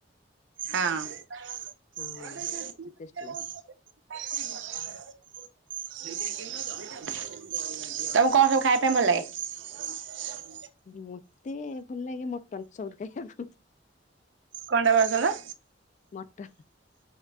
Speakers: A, on the right; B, on the left.
A: ହଁ। ହ
B: ହଁ
A: ହ
B: ଟେଷ୍ଟି
A: ତମକୁ କଣ ସବୁ ଖାଇବା ପାଇଁ ଭଲାଗେ?
B: ମତେ ଭଲ ଲାଗେ ମଟନ ସବୁଠୁ ଖାଇବାକୁ।
A: କଣ ଟା ବାସନ।
B: ମଟନ୍।